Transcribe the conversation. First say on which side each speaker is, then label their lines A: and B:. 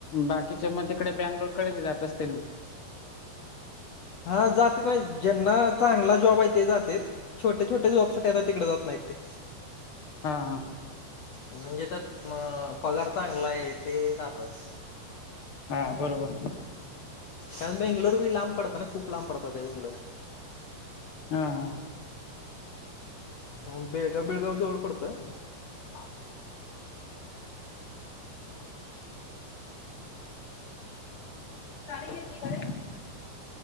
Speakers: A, on the left; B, on the left.
A: बाकीच्या मग तिकडे बँंगलोरकडे बी जात असतील
B: हा जात काय ज्यांना चांगला जॉब आहे ते जातेत छोटे छोटे जॉबसट आता तिकडे जात नाही ते
A: हा हा
B: म्हणजे त्यात अ पगार चांगला आहे ते जातात
A: हा बरोबर
B: का बेंगलूर लांब पडत ना खुप लांब पडतातातवींग
A: हा हा
B: ह बेळगाव बेळगाव जवळ पडतं
A: हा ळी किती करे